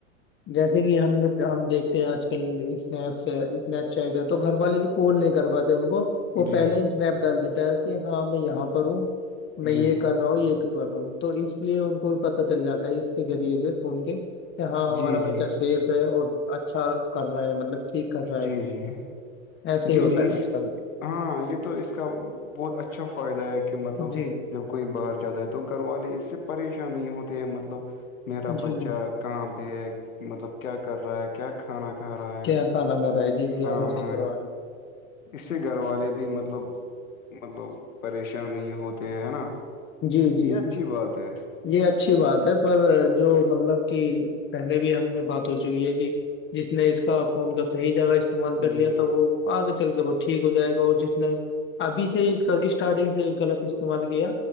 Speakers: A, on the left (about 30°); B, on the left (about 85°).
A: جیسے کہ ہم ہم دیکھتے ہیں آج کل اسنیپس ہے اسنیپ چیٹ ہے تو گھر والے بھی کوول نہیں کر پاتے ان کو وہ
B: جی
A: پہلے ہی اسنیپ ڈال دیتا ہے کہ ہاں میں یہاں پر ہوں میں
B: جی
A: یہ کر رہا ہوں یہ ا ہ تو اس لیے ان کو بھی پتہ چل جاتا ہے اس کے ذریعے سے فون کے ہاں ہمارا
B: جی جی
A: بچہ سیف ہے اور اچھا کر رہا ہے مطلب مطلب ٹھیک کرتا
B: جی
A: ہے
B: جی
A: ایسے
B: جی
A: ہی ہوتا
B: جی
A: ہے
B: اس
A: آج کل
B: ہاں یہ تو اس کا بہت اچھا فائدہ ہے کہ مطلب
A: جی
B: جب کوئی باہر جاتا ہے تو گھر والے اس سے پریشان نہیں ہوتے ہیں مطلب میرا
A: جی
B: بچہ
A: جی
B: کہاں پہ ہے مطلب کیا کر رہا ہے کیا کھانا کھا رہا ہے
A: کیا کھانا کھ رہا ہے جی جی
B: ہاں
A: آپ نے صحیح
B: ہاں
A: کروایا
B: اس سے گھر والے بھی مطلب مطلب پریشان نہیں ہوتے ہے نا
A: جی جی
B: یہ اچھی
A: جی
B: بات ہے
A: یہ اچھی بات ہے پر جو مطلب کہ پہلے بھی ہم نے بات ہو چکی ہے کہ جس نے اس کا فون کا صحیح جگہ استعمال کر
B: جی
A: لیا تھا وہ آگے چل کے وہ ٹھیک ہو جائے گا اور جس نے ابھی سے اس کا اسٹارٹنگ سے غلط استعمال کیا